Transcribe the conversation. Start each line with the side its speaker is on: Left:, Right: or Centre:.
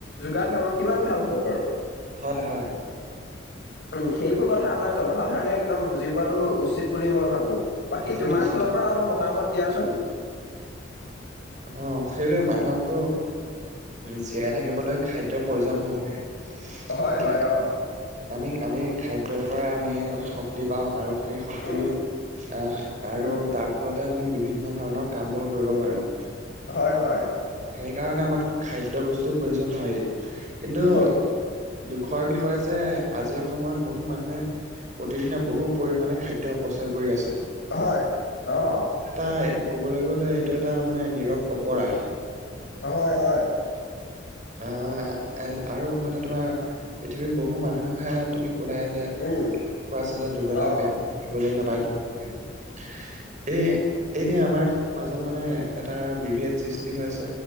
Left: যোগান ধৰো কিমান ভাল হ'ব বাৰু
Right: হয় হয়।
Left: <inaudible> উম, সেইবোৰ কথা আমাৰ জনসাধাৰণে একদম বুজি পোৱাটো উচিত বুলি মই ভাবো। বাকী
Right: উচিত,
Left: তোমাৰ
Right: উচিত
Left: ফালৰ
Right: অ'।
Left: পৰা অলপ মতামত দিয়াচোন।
Right: অহ, সেইলৈ মানুহকতো জীয়াই থাকিবলৈ খাদ্যৰ প্ৰয়োজন হ'বই।
Left: হয়
Right: এতিয়া
Left: হয় অ,
Right: আমি আমি খাদ্যৰ পৰা আমি শক্তি পাওঁ। আৰু সেই শক্তি
Left: উম,
Right: আহ আৰু
Left: উম।
Right: তাৰ ফলতে আমি বিভিন্ন ধৰণৰ কাম বোৰ। কৰিব পাৰো।
Left: হয় হয়।
Right: সেইকাৰণে আমাক খাদ্য বস্তুৰ প্ৰয়োজন হয়ে কিন্তু
Left: হয়।
Right: দুখৰ বিষয় যে আজিৰ সময়ত বহু মানুহে প্ৰতিদিনে বহু পৰিমাণে খাদ্য অপচয় কৰি আছে।
Left: হয় অ।
Right: তাই ক'বলৈ গ'লে এইটো এটা মানে নীৰৱ অপৰাধ।
Left: হয় হয়।
Right: অ এ আৰু মানে তোমাৰ পৃথিৱীৰ বহু মানুহে তুমি কোলাই যে,
Left: উম
Right: <unintelligible>
Left: অ
Right: এ এই আমাৰ সমাজত মানে এটাৰ বিভেদ সৃষ্টি হৈ আছে